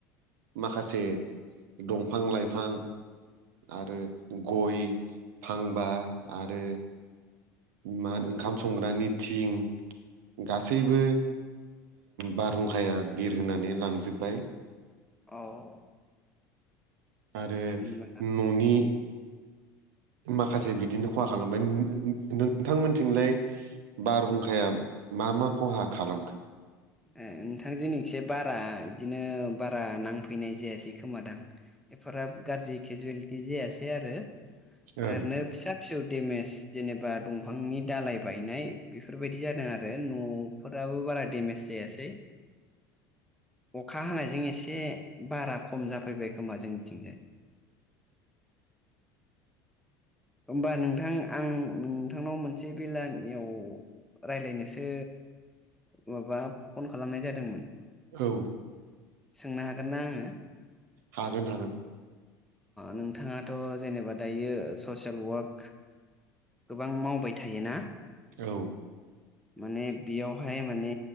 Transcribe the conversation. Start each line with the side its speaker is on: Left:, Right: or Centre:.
Right: माखासे दंफां लाइफां आरो गय फांबा आरो मा ओंखाम संग्रानि थिं गासैबो बारहुंखाया बिर होनानै लांजोब्बाय
Centre: औ
Right: आरो
Centre: होमबा
Right: न'नि माखासे बिदिनो खहा खालामबाय नोंथांमोनथिंलाय बारहुंखाया मा मा खहा खालामखो
Centre: ए नोंथां जोंनिसे बारा बिदिनो बारा नांफैनाय जायासै खोमादां बेफोराब गाज्रि केजुवेलिटि जायासै आरो
Right: ओं
Centre: ओरैनो फिसा पिसर डेमेज जेनेबा दंफांनि दालाय बायनाय बेफोरबायदि जादों आरो न' फोराबो बारा डेमेज जायासै अखा हानायजों एसे बारा खम जाफैबाय खोमा जोंनिथिंजाय होमबा नोंथां आं नोंथांनाव मोनसे बेलानियाव रायलायनोसो माबा फन खालामनाय जादोंमोन।
Right: औ।
Centre: सोंनो हागोन ना आङो?
Right: हागोन हागोन।
Centre: नोंथाङाथ' जेनेबा दायो ससियेल वार्क गोबां मावबाय थायोना
Right: औ
Centre: लांदां माने बेयावहाय माने